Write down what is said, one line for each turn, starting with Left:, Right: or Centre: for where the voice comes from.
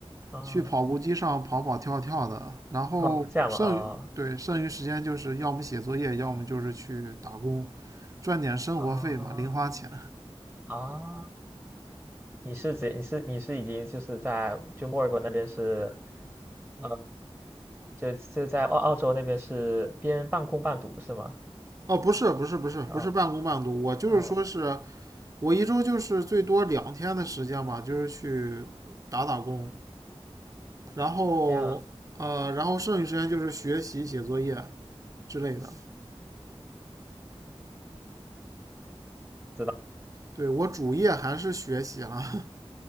Centre: 啊
Right: 去跑步机上跑跑跳跳的，然后剩余，
Centre: 哦，这样吧啊
Right: 对，剩余时间就是要么写作业，要么就是去打工，赚点生活费嘛，
Centre: 啊
Right: 零花钱。
Centre: 啊，你是直你是你是已经就是在就墨尔本那边是嗯，呃就就在澳澳洲那边是边半工半读是吗？
Right: 哦，不是，不是，不是，
Centre: 啊
Right: 不是半工半读，我就是说是
Centre: 啊，
Right: 我一周就是最多两天的时间吧，就是去打打工，然后呃，
Centre: 这样啊，
Right: 然后剩余时间就是学习、写作业之类的。
Centre: 知道
Right: 对，我主业还是学习了。<laughs>